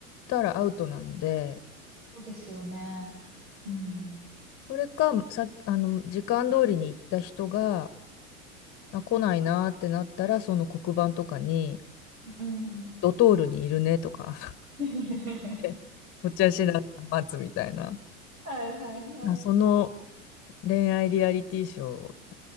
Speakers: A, on the left; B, on the right.
A: たらアウトなので、
B: そうですよね。うん。
A: それか、さ、あの、時間通りに行った人が、あ、来ないなーってなったら、その黒板とかに、
B: うん。
A: ドトールにいるねとか
B: <laughs>
A: <laughs> お茶しながら待つみたいな。
B: はいはいはい。
A: あ、その恋愛リアリティショー